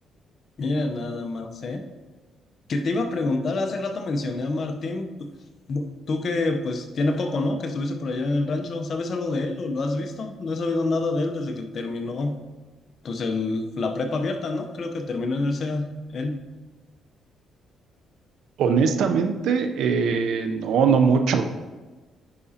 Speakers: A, on the left; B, on the right.
A: Mira, nada más, ¿eh? Que te iba a preguntar, hace rato mencioné a Martín, tú, tú que pues tiene poco, ¿no? Que estuviste por allá en el rancho, ¿sabes algo de él o lo has visto? No he sabido nada de él desde que terminó, pues el, la prepa abierta, ¿no? Creo que terminó en el SEA, él.
B: Honestamente, eh, no, no mucho.